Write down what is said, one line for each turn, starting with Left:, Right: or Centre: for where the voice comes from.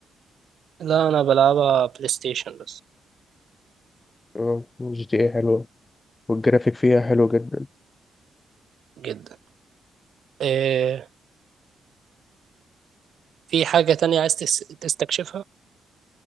Right: لا أنا بلعبها بلاي ستيشن بس
Left: اه جي تي إيه حلوة والجرافيك فيها حلو جدا
Right: جدا إيه في حاجة تانية عايز تس- تستكشفها